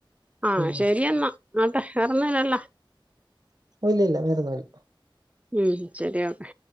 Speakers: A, on the right (about 15°); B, on the right (about 50°).
A: ആഹ്
B: ഉം
A: ശരിയെന്നാ ന്നട്ടെ വെറെ ഒന്നും ഇല്ലല്ലോ
B: ഇല്ല ഇല്ല വറൊന്നുല്ല.
A: ഉം ശരി ഓക്കെ